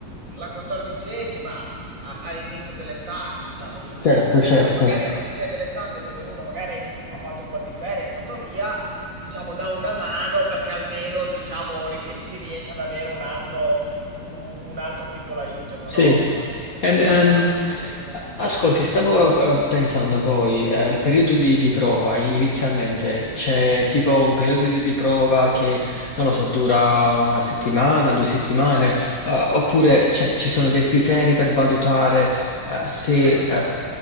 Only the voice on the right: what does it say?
la quattordicesima a- all'inizio dell'estate, diciamo in luglio,
e
poi magari alla fine dell'estate dove uno magari ha fatto un po' di ferie, è stato via, diciamo, dà una mano perché almeno, diciamo, ri- eh, si riesce ad avere un altro, un, un altro piccolo aiuto economico.
È, capito? È
stato
pensato per questo motivo.
No,
certo.